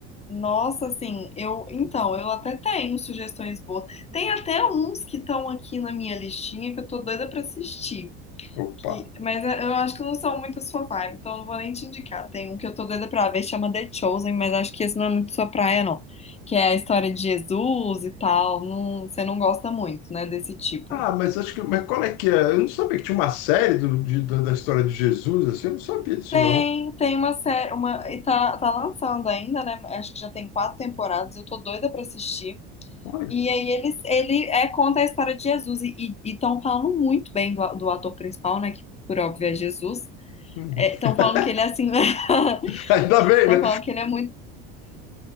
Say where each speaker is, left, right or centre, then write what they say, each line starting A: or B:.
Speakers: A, on the left; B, on the left.
A: nossa, assim, eu, então, eu até tenho sugestões boas. Tem até uns que estão aqui na minha listinha que eu tô doida pra assistir.
B: Opa.
A: Que- mas é, eu acho que não são muito sua vibe, então eu não vou nem te indicar. Tem um que eu tô doida pra ver, chama The Chosen, mas acho que esse não é muito sua praia, não. Que é a história de Jesus e tal. Não- você não gosta muito, né, desse tipo.
B: Ah, mas acho que. Mas qual é que é? Eu não sabia que tinha uma série do, de- da da história de Jesus, assim, eu não sabia disso,
A: Tem,
B: não.
A: tem uma série, uma, e tá, tá lançando ainda, né? Acho que já tem quatro temporadas, eu tô doida pra assistir.
B: Olha.
A: E aí eles, ele é, conta a história de Jesus e estão falando muito bem do, do ator principal, né? Que por óbvio é Jesus.
B: Uhum.
A: Estão
B: <laughs>
A: falando que ele é assim, <laughs>
B: Ainda bem,
A: Estão
B: né?
A: falando que ele é muito